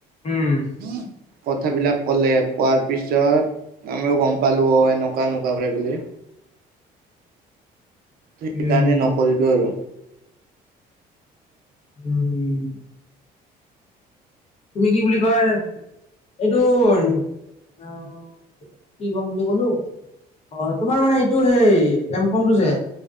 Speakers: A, on the left; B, on the right.
A: উম!
B: <inaudible> কথাবিলাক ক'লে কোৱাৰ পিছত আমিও গ'ম পালোঁ অ এনেকুৱা এনেকুৱাকে বুলি। সেই
A: উম
B: কাৰণে নকৰিলোঁ আৰু।
A: উম, হুম! তুমি কি বুলি কয় এইটো অঁ অঁ! কি কম বুলি কলোঁ? অ! তোমাৰ মানে এইটো সেই এমকমটো যে